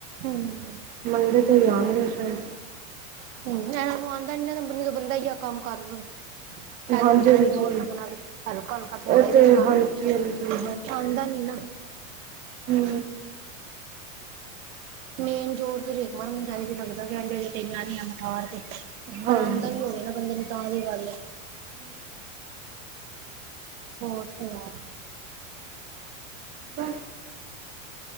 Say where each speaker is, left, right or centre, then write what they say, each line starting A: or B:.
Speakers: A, on the right; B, on the right.
A: ਹਾਂਜੀ
B: ਮੰਡੇ ਤੋਂ ਜਾਣਗੇ ਸ਼ਾਇਦ
A: ਇਹ ਨੂੰ ਆਉਂਦਾ ਨੀ ਨਾ, ਬੰਦਾ ਹੀ ਆ ਕੰਮ ਕਰ ਦੇਵੇ ਪਹਲੇ
B: ਹਾਂਜੀ
A: ਤਾਂ ਬਰਾ
B: ਹਾਂਜੀ
A: ਜ਼ੋਰ ਲੱਗਣਾ ਵੇ, ਹਲਕਾ ਹਲਕਾ ਥੋੜਾ
B: ਇਹ
A: ਹੀ ਤੇ ਚਲਾਣਾ
B: ਹਲਕੀ
A: ਵੀ
B: ਹਲਕੀ
A: ਆਂਦਾ ਨੀ ਨਾ
B: ਹੂ
A: ਮੇਨ ਜੋੋਰ ਤੇ ਰੇਘਮਾਰ ਨੂੰ ਜਾਈਦੇ ਲੱਗਦਾ ਵੀ ਆਹਂਦੇ ਤੇਮ ਨਹੀਂ ਆ ਮਿਠਾਰ ਤੇ,
B: ਹਾਂ
A: ਪਰ ਆਉਂਦਾ
B: ਹਮ
A: ਵੀ ਹੋ ਰਿਹਾ ਨਾ ਬੰਦੇ ਨੇ <unintelligible> ਤਾਂ ਵੀ ਗੱਲ ਐ, ਹੋਰ ਸੁਣਾਓ
B: ਤਾਂ